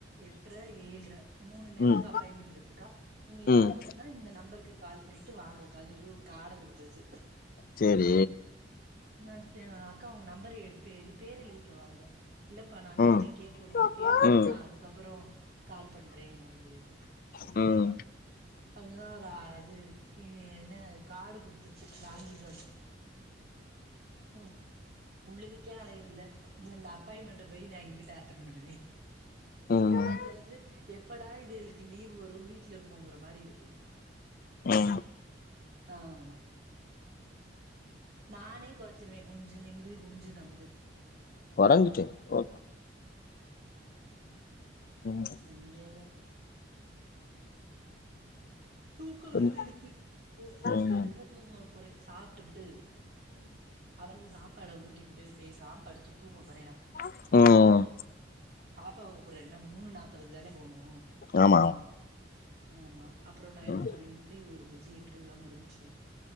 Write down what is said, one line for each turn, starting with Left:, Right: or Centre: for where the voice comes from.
Right: எட்டுற ஏழுர மூணு நேரத்துக்கு
Left: ம்
Right: அப்பாயின்மெண்ட் இருக்குக்கா நீங்க ஏதாவது
Left: ம்
Right: ஒன்னுன்னா இந்த நம்பருக்கு கால் பண்ணிட்டு வாங்கக்கா சொல்லி ஒரு காட குடுத்தச்சு
Left: செரி
Right: நேந்து எங்க அக்கா உங்க நம்பர் எத்து பேர் எழுதி வெக்க வா இல்லப்பா வா
Left: கொறஞ்சுட்டு
Right: வீட்ல கேக்கணு கேட்டுட்டு நா அதுக்கப்பறோ கால் பண்றே அப்டின் சொல்லிக்கே
Left: ம்
Right: அப்டின்னா ஒரு அது இனு என்ன காடு குடுத்துச்சு வாங்கிட்டு வந்ட்டே ம் உள்ளதுக்கே அலைய முல்ல இந்த அப்பாயின்மெண்ட் போயி நா எங்கிட்டு அட்டன் பண்ணுவே
Left: ம் ம்
Right: அலஞ்சி அலஞ்சு எப்படா இது இதுகளுக்கு லீவ் வரு வீட்ல இருப்போங்கிற மாரி இருக்கு
Left: ம்
Right: ஆமா நானே கொறச்சிருவே குனிஞ்சு நிம்ன்து குனிஞ்சு நிமின்து
Left: கொறஞ்சிட்டு கொ ம்
Right: நீங்க வேற தூக்க வருது
Left: ம்
Right: எனக்கு
Left: ம்
Right: நல்ல தூக்க போறே சாப்ட்டுபுட்டு அவனுக்கு சாப்பாட ஊட்டிட்டு போய் பேசாம படுத்து தூங்க போறேனா
Left: ம்
Right: பாப்பாவ கூப்புட என்ன மூணு நாப்பதுக்கு தானே போணு
Left: ஆமா
Right: ஆமா அப்றோ நா எனக்கு
Left: ம்
Right: ஒரு இன்டிர்யூ இருந்துச்சு இன்டிர்யூலா முடிஞ்சு